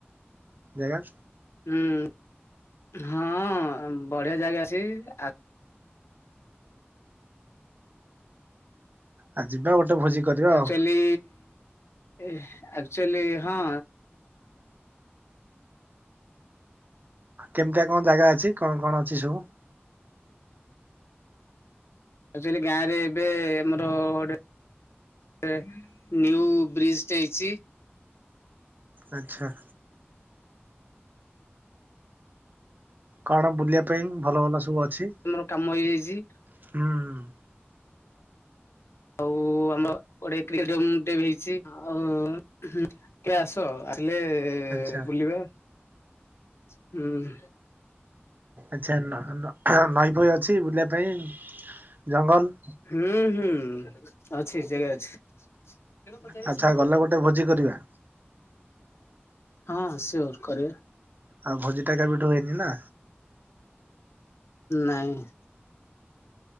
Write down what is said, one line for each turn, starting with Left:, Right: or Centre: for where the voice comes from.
Right: ଜାଗା।
Left: ଉମ୍ ହଁ ବଢିଆ ଜାଗା ଅଛି ଆ
Right: ଆ ଯିବା ଗୋଟେ ଭୋଜି କରିବା
Left: ଆକ୍ଚୁଆଲି
Right: ଆଉ
Left: ଏ ଆକ୍ଚୁଆଲି ହଁ।
Right: କେମ୍ତିଆ କଁ ଜାଗା ଅଛି କଣ କଣ ଅଛି ସବୁ?
Left: ଆକ୍ଚୁଆଲି ଗାଁରେ ଏବେ ଆମର ଗୋଟେ ଏ ନିନ୍ୟୁ ବ୍ରିଜ଼ ଟେ ହେଇଚି।
Right: ଆଚ୍ଛା। କଣ ବୁଲିଆ ପାଇଁ ଭଲ ଭଲ ସବୁ ଅଛି?
Left: ଆମର କାମ ହେଇଯାଇଚି।
Right: ହୁଁ।
Left: ଆଉ ଆମ ଗୋଟେ <unintelligible> ଟେ ହେଇଚି ଆଉ ହୁଁ କେ ଆସ ଆସିଲେ
Right: ଆଚ୍ଛା
Left: ବୁଲିବା ହୁଁ।
Right: ଆଛା ନ ନ ନଈ ଫଇ ଅଛି ବୁଲିବା ପାଇଁ? ଜଙ୍ଗଲ୍
Left: ହୁଁ ହୁଁ ଅଛି ଜାଗା ଅଛି।
Right: ଆଚ୍ଛା ଗଲେ ଗୋଟେ ଭୋଜି କରିବା।
Left: ହଁ ସିଓର କରିବା।
Right: ଆଉ ଭୋଜିଟା କେବେଠୁ ହେଇନି ନା।
Left: ନାଇଁ।